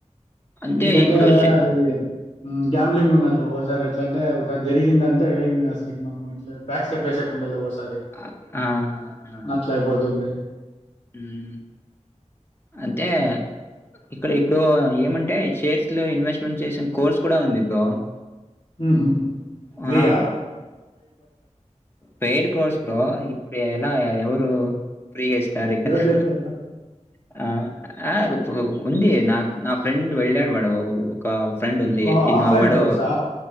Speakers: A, on the left; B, on the left.
A: అంటే
B: ఎందుకంటే
A: ఇప్పుడు షే
B: అది హ్మ్ గ్యాంబ్లింగ్ ఉన్నట్లు ఒక్కోసారి ఎట్లంటే జరిగిందంటే ఇంగా అసలుకి మనం ఇట్ల బ్యాక్ స్టెప్ వేసేకుండేలే ఒకసారి
A: ఆ! ఆహాహా!
B: అట్ల అయిపోతుంది
A: హ్మ్ అంటే ఇక్కడ ఇప్పుడు ఏమంటే షేర్స్ లో ఇన్వెస్ట్మెంట్ చేసిన కోర్స్ కూడా ఉంది బ్రో
B: ఊహూ ఫ్రీయా
A: ఆ! పెయిడ్ కోర్స్ బ్రో ఇప్పుడు ఎలా ఎవరు ఫ్రీగా ఇస్ చార కలా
B: ఎవరు చెప్తారు
A: <unintelligible> ఆ ఆ ఉంది నా నా ఫ్రెండ్ వెళ్ళాడు వాడు ఒక ఫ్రెండ్ ఉంది
B: ఓహో
A: ఇన్గా
B: ఆఫ్లైన్
A: వాడు
B: కోర్సా